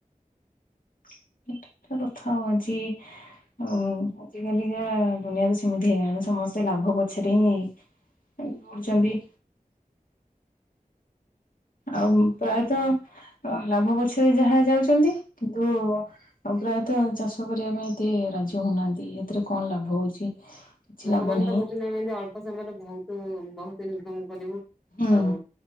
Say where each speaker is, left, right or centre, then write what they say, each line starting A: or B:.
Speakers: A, on the left; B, in the centre.
A: <unintelligible> ହ ଆଜି କାଲିକା ଦୁନିଆ ତ ସେମିତି ହେଇଗଲାଣି ସମସ୍ତେ ଲାଭ ପଛରେ ହିଁ ଦୌଡୁଛନ୍ତି। ଆଉ ପ୍ରାୟତଃ ଲାଭ ପଛରେ ଯାହା ଯାଉଛନ୍ତି କିନ୍ତୁ ଆଉ ପ୍ରାୟତଃ ଚାଷ କରିବା ପାଇଁ ଏତେ ରାଜି ହଉନାହାନ୍ତି ଏଥିରେ କଣ ଲାଭ ହଉଛି। କିଛି
B: ଲୋକମାନେ
A: ଲାଭ ନାହିଁ
B: ତ କହୁଛନ୍ତି ଆମେ ଏମତି ଅଳ୍ପ ସମୟରେ ବହୁତ ବହୁତ ଇନକମ୍ କରିବୁ।
A: ହୁଁ
B: ଆଉ